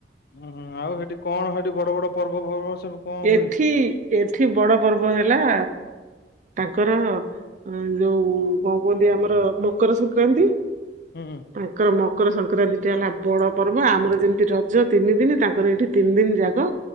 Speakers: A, on the left; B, on the right.
A: ହୁଁ ଆଉ ସେଠି କଣ ସେଠି ବଡ ବଡ ପର୍ବ ପର୍ବ ସବୁ କଣ
B: ଏଠି
A: ହୁଏ?
B: ଏଠି ବଡ ପର୍ବ ହେଲା। ତାଙ୍କର ଯୋଉ କଣ କୁହନ୍ତି ଆମର ମକର ସଂକ୍ରାନ୍ତି।
A: ହୁଁ ହୁଁ।
B: ତାଙ୍କର ମକର ସଂକ୍ରାନ୍ତି ଟା ହେଲା ବଡ ପର୍ବ ଆମର ଯେମିତି ରଜ ତିନି ଦିନ ତାଙ୍କର ଏଇଠି ତିନି ଦିନ ଯାକ